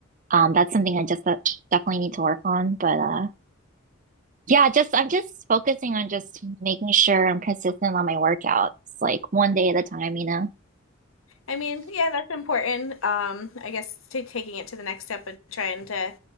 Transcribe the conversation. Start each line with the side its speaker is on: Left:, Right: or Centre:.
Right: Um, that's something I just uh, definitely need to work on. But uh, yeah, just I'm just focusing on just making sure I'm consistent on my workouts, like one day at a time, you know.
Left: I mean, yeah, that's important. Um, I guess to taking it to the next step of trying to